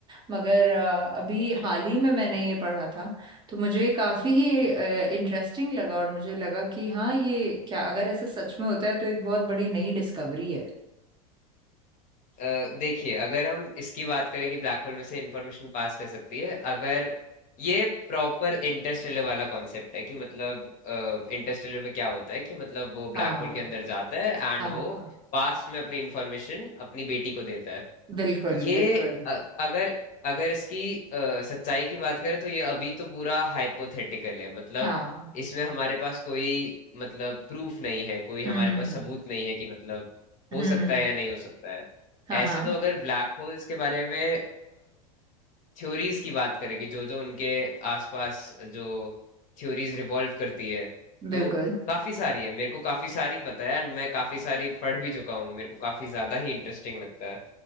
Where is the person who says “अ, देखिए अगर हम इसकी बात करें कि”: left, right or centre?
Left